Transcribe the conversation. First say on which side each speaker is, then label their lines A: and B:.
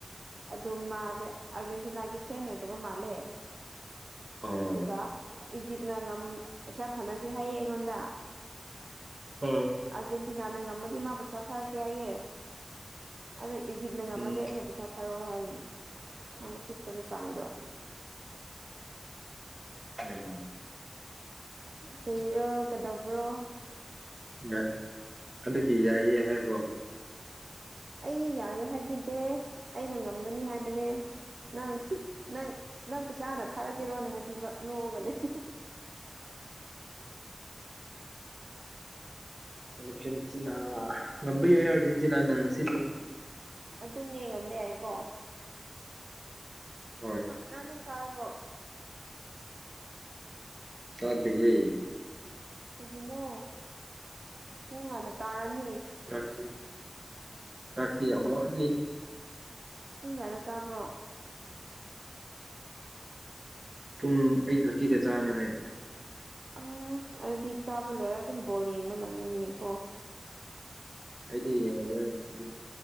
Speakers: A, on the right (about 80°); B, on the right (about 45°).
A: ꯑꯗꯨ ꯃꯥꯖꯦ ꯑꯥꯔꯖꯦꯟꯇꯤꯅꯥꯒꯤ ꯐꯦꯟ ꯑꯣꯏꯗꯕ ꯃꯥꯜꯂꯦ
B: ꯑꯣ
A: ꯑꯗꯨꯒ ꯏꯖꯤꯞꯅ ꯉꯝ ꯄꯩꯁꯥ ꯊꯥꯅꯥꯁꯤ ꯍꯥꯏꯌꯦ ꯑꯩꯉꯣꯟꯗ
B: ꯑꯣ
A: ꯑꯥꯔꯖꯦꯟꯇꯤꯅꯥꯅ ꯉꯝꯃꯗꯤ ꯃꯥ ꯄꯩꯁꯥ ꯊꯥꯔꯛꯀꯦ ꯍꯥꯏꯌꯦ ꯑꯗꯩ ꯏꯖꯤꯞꯅ ꯉꯝꯃꯗꯤ
B: ꯎꯝ
A: ꯑꯩꯅ ꯄꯩꯁꯥ ꯊꯥꯔꯛꯑꯣ ꯍꯥꯏꯅꯦ ꯃꯥ ꯎꯁꯤꯠꯇꯕ ꯆꯥꯡꯗꯣ
B: ꯎꯝ
A: ꯀꯔꯤꯔꯣ-ꯀꯩꯗꯧꯕ꯭ꯔꯣ
B: ꯌꯥ ꯑꯗꯨꯗꯤ ꯌꯥ ꯏꯌꯦ ꯍꯥꯏꯕ꯭ꯔꯣ
A: ꯑꯩ ꯌꯥꯏꯌꯦ ꯍꯥꯏꯕꯗꯤ ꯑꯩꯅ ꯉꯝꯒꯅꯤ ꯍꯥꯏꯕꯅꯦ ꯅꯪ ꯅꯪ ꯅꯪ ꯄꯩꯁꯥ ꯍꯥꯟꯅ ꯊꯥꯔꯛꯀꯦꯔꯣꯅ ꯍꯥꯏꯕꯤꯕꯥ ꯅꯣꯛꯑꯒ ꯂꯩꯌꯦ INAUDIBLE
B: ꯑꯥꯔꯖꯦꯟꯇꯤꯅꯥ ꯉꯝꯕ ꯌꯥꯏ ꯑꯥꯔꯖꯦꯟꯇꯤꯅꯥꯅ ꯉꯁꯤꯗꯤ
A: ꯑꯗꯨꯅꯦꯉꯝꯕ ꯌꯥꯏꯀꯣ
B: ꯍꯣꯏ
A: ꯑꯥ ꯅꯥ ꯆꯥꯔꯕꯣ
B: ꯆꯥꯗ꯭ꯔꯤꯌꯦ
A: ꯀꯩꯒꯤꯅꯣ ꯄꯨꯡ ꯍꯥꯟꯅ ꯇꯥꯔꯅꯤ
B: ꯆꯥꯛꯇꯤ- ꯆꯥꯛꯇꯤꯌꯥꯝ ꯋꯥꯠꯂꯤ
A: ꯄꯨꯡ ꯀꯌꯥꯗ ꯆꯥꯕ꯭ꯔꯣ
B: ꯄꯨꯡ ꯑꯩꯠ ꯊꯥꯔꯇꯤꯗ ꯆꯥꯅꯦ ꯍꯥꯏ
A: ꯎꯪꯝ ꯑꯗꯨꯗꯤ ꯆꯥꯕ ꯂꯣꯏꯔ ꯑꯗꯨꯝ ꯕꯣꯜ ꯌꯦꯡꯕ ꯅꯪꯒꯅꯤꯅꯦꯀꯣ
B: ꯑꯩꯗꯤ ꯌꯦꯡꯉꯔꯣꯏ ꯉꯁꯤꯗꯤ